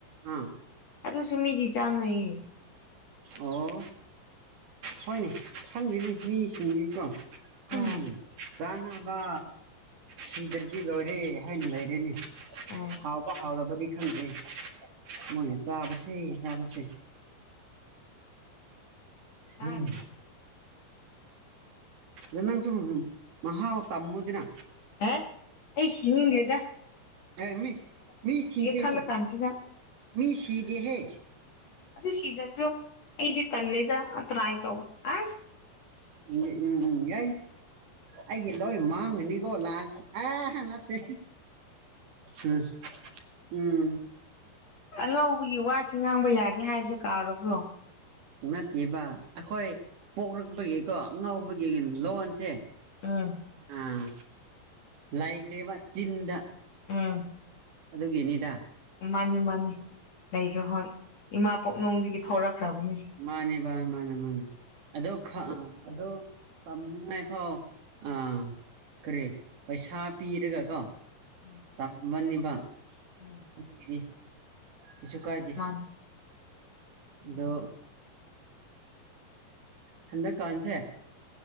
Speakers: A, on the right; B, on the left.
A: ꯑꯥ
B: ꯑꯗꯨꯁꯨ ꯃꯤꯗꯤ ꯆꯥꯟꯅꯩꯌꯦ
A: ꯑꯣ ꯍꯣꯏꯅꯦ ꯈꯪꯗꯦꯅꯤ ꯃꯤꯁꯤꯡꯕꯤꯗꯤꯀꯣ ꯁꯨꯝ
B: ꯑꯥ
A: ꯆꯥꯅꯕ ꯁꯤꯤꯗ꯭ꯔꯗꯤ ꯂꯧꯔꯦ ꯍꯥꯏꯅ ꯂꯩꯔꯅꯤ
B: ꯑꯥ
A: ꯍꯥꯎꯕ ꯍꯥꯎꯔꯕꯗꯤ ꯈꯪꯗꯦ ꯃꯣꯏꯅ ꯆꯥꯕꯁꯦ ꯆꯥꯕꯁꯦ
B: ꯇꯥꯔꯤ
A: ꯎꯝ ꯑꯗꯨꯁꯨ ꯃꯍꯍꯥꯎ ꯇꯃꯗꯅ
B: ꯑꯦ ꯑꯩ ꯁꯤꯒꯦꯗ
A: ꯑꯦ ꯃꯤ ꯃꯤ ꯁꯤꯗꯦ
B: ꯈꯜꯂ
A: ꯍꯦ
B: ꯀꯥꯟꯁꯤꯗ
A: ꯃꯤ ꯁꯤꯤꯗꯦ ꯍꯦ
B: ꯑꯗꯨ ꯁꯤꯖꯁꯨ ꯑꯩꯗꯤ ꯇꯂꯦꯗ ꯑ ꯇ ꯍꯥꯏꯥꯏ ꯇꯧ ꯑ
A: ꯏ ꯎꯝ ꯏ ꯑꯩꯒꯤ ꯂꯣꯏ ꯃꯥꯡꯉꯅꯤꯀꯣ ꯂꯥꯁꯦ ꯑ ꯅꯠꯇꯦ ꯎꯝ ꯎꯝ
B: ꯑꯉꯧꯕꯒꯤ ꯋꯥꯁꯤ ꯉꯥꯡꯕ ꯌꯥꯗꯦ ꯍꯥꯏꯕꯁꯦ ꯀꯥꯎꯔꯕ꯭ꯔꯣ
A: ꯅꯠꯇꯦꯕ ꯑꯩꯈꯣꯏ ꯄꯣꯛꯂꯛꯄꯒꯤꯀꯣ ꯑꯉꯧꯕꯒꯤ ꯂꯣꯟꯁꯦ
B: ꯑꯥ
A: ꯑꯥ ꯂꯥꯏꯈ꯭ꯔꯦꯕ ꯆꯤꯟꯗ
B: ꯑꯥ
A: ꯑꯗꯨꯒꯤꯅꯤꯗ
B: ꯃꯥꯅꯤ ꯃꯥꯅꯤ ꯂꯩꯈ꯭ꯔꯦ ꯍꯣꯏ ꯏꯃꯥ ꯄꯣꯛꯅꯨꯡꯗꯒꯤ ꯊꯣꯛꯣꯔꯛꯈ꯭ꯔꯕꯅꯦ
A: ꯃꯥꯅꯤ ꯃꯥ ꯃꯥꯅꯦ ꯃꯥꯅꯦ ꯑꯗꯣ ꯑꯗꯣ ꯁꯝꯃꯤꯉꯥꯏ ꯐꯣ ꯑ ꯀꯔꯤ ꯄꯩꯁꯥ ꯄꯤꯔꯒ ꯀꯣ
B: ꯎꯝ
A: ꯇꯝꯕꯅꯤꯕ
B: ꯎꯝ
A: ꯑꯗꯨꯒꯤꯅꯤ ꯏꯁꯨ ꯀꯥꯏꯗꯦ
B: ꯃꯥꯅꯤ ꯃꯥꯅꯤ
A: ꯑꯗꯣ ꯊꯟꯗꯛ ꯀꯥꯟꯁꯦ